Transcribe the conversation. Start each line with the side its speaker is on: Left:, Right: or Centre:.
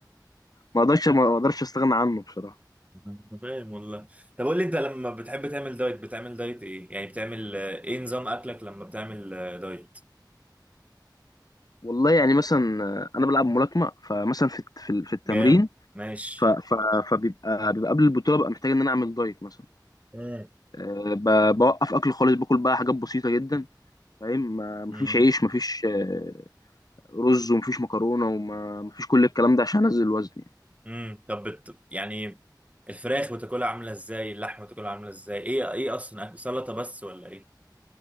Left: ما اقدرش ما اقدرش استغنى عنه بصراحة
Right: <laughs> أنا فاهم والله طب قول لي انت لما بتحب تعمل دايت بتعمل دايت ايه يعني بتعمل آه، ايه نظام اكلك لما بتعمل آه، دايت
Left: والله يعني مثلا انا بلعب ملاكمة فمثلا في الت- في ال- في التمرين
Right: جام ماشي
Left: ف ف فبيبقى بيبقى قبل البطولة ببقى محتاج ان انا اعمل دايت مثلا
Right: امم
Left: آه، ب- بوقف اكل خالص باكل بقى حاجات بسيطه جدا فاهم ما- مفيش
Right: امم
Left: عيش مفيش آه، رز ومفيش مكرونه ومفيش كل الكلام ده عشان انزل الوزن يعني
Right: امم طب بت... يعني الفراخ بتاكلها عامله ازاي اللحمه بتاكلها عامله ازاي ايه ايه اصلا أكل؟ سلطه بس ولا ايه